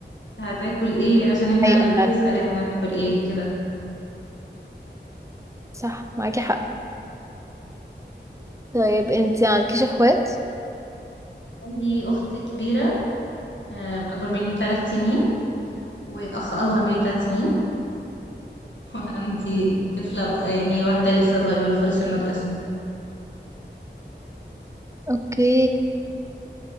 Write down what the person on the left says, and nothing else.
هتاكل ايه عشان
احنا
اللي
تسأل احنا هناكل ايه كده
عندي أخت كبيرة آه، أكبر مني بثلاث سنين وأخ أصغر مني بثلاث سنين <laughs> وعندي طفلة بقى يعني واحدة لسه صغيرة خالص في المدرسة